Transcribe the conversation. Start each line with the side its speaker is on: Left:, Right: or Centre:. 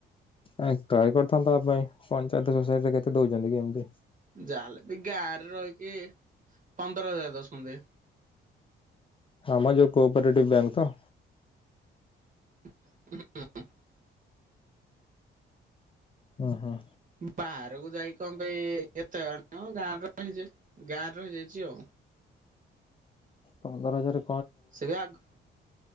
Left: ନାଇ ଟ୍ରଏ କରିଥାନ୍ତ ଅ ପାଇଁ ପଞ୍ଚାୟତ ସୋସାଇଟିରେ କେତେ ଦୋଉଚନ୍ତି କି ଏମତି।
Right: ଯା ହେଲେ ବି ଗାଁରେ ରହିକି ପନ୍ଦର ହଜାର ଦୋଉଛନ୍ତି।
Left: ହଁ ମ ଯୋଉ କୋପରେଟିଭ୍ ବ୍ୟାଙ୍କ ତ।
Right: <inaudible>
Left: ଓହୋ।
Right: ବାହାରକୁ ଯାଇକି କଣ ପାଇଁ ଏତେ ମାନେ ହଁ ଗାଁରେ ରହିଚି ଗାଁରେ ରହିଯାଇଚି ଆଉ।
Left: ପନ୍ଦର ହଜାରେ
Right: ସେ ବି ଆଗ